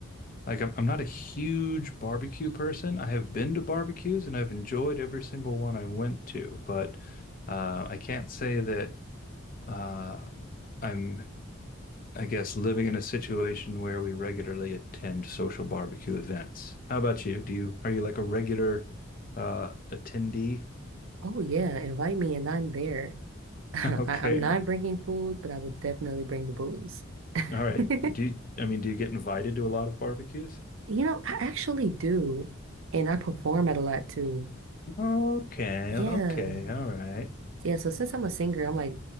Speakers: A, on the left; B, on the right.
A: like I'm, I'm not a huge barbecue person. I have been to barbecues and I've enjoyed every single one I went to, but uh, I can't say that uh, I'm, I guess, living in a situation where we regularly attend social barbecue events. How about you? Do you are you like a regular uh, attendee? <laughs>
B: Oh yeah, invite me and I'm there. <laughs> I
A: Okay.
B: I'm not bringing food, but I would definitely bring the booze. <laughs>
A: All right. Do you, I mean, do you get invited to a lot of barbecues?
B: You know, I actually do, and I perform at a lot too.
A: Okay,
B: Yeah.
A: okay, all right.
B: Yeah, so since I'm a singer, I'm like